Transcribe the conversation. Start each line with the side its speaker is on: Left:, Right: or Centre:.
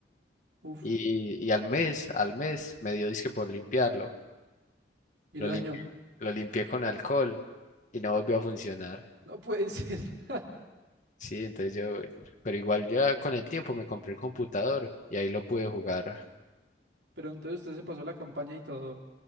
Right: Uf,
Left: Y, y al mes, al mes, me dio disque por limpiarlo.
Right: y
Left: Lo
Right: lo
Left: limpié,
Right: dañó.
Left: lo limpié con alcohol y no volvió a funcionar.
Right: No puede ser. <laughs>
Left: Sí, entonces yo, pero igual ya con el tiempo me compré el computador y ahí lo pude jugar
Right: Pero entonces usted se pasó la campaña y todo.